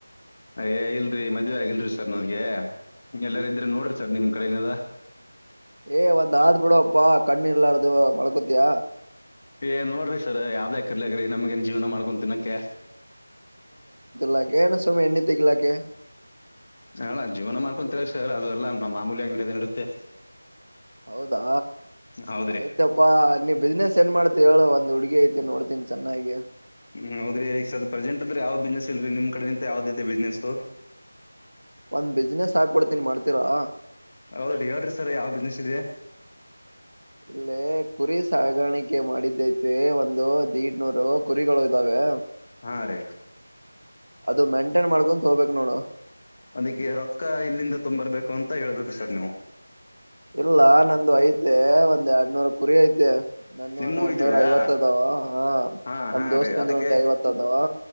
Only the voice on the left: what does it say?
ಏಯ್ ಇಲ್ರಿಮದ್ವೆೆ ಆಗಿಲ್ರಿ ಸರ್ ನನ್ಗೆ. ಎಲ್ಲಾರ ಇದ್ರೆ ನೋಡ್ರಿ ಸರ್ ನಿಮ್ ಕಡೆಲ್ಲಾ
ಏ ನೋಡ್ರಿ ಸರ್ ಯಾವ್ದ್ಯಾಕ್ ಇರ್ಲಕಿ ನಮಗ ಏನ್ ಜೀವನ ಮಾಡ್ಕೋಂ ತಿನ್ನಕ್ಕೆೆ.
ಹ ಜೀವನ ಮಾಡ್ಕೊಂತ ಸರ್ ಅದು ಎಲ್ಲ ನಮ್ಮ ಮಾಮೂಲ್ಯ ನಡದೆ ನಡುತ್ತೆ.
ಹೌದ್ರಿ
ಹ್ಮ್, ಹೌದ್ರಿ ಈಗ ಸರ್ ಪ್ರೆಸೆಂಟ್ ಅಂದ್ರ ಯಾವ್ದ ಬಿಸ್ನೆಸ್ ಇಲ್ರಿ, ನಿಮ್ ಕಡೆ ನಿಂತ ಯಾವ್ದ ಇದೆ ಬಿಸ್ನೆಸ್.
ಹೌದ್ರಿ, ಹೇಳ್ರಿ ಸರ್ ಯಾವ ಬಿಸ್ನೆಸ್ ಇದೆ.
ಹಾ, ರಿ
ಅದಕ್ಕೆ ರೊಕ್ಕ ಎಲ್ಲಿಂದ ತಂಬರ್ಬೇಕು ಅಂತ ಹೇಳ್ಬೇಕು ಸರ್ ನೀವು.
ನಿಮ್ಮೂ
ಇದವ್ಯಾ
ಹಾ
ಹಾ
ರೀ
ಅದಕ್ಕೆ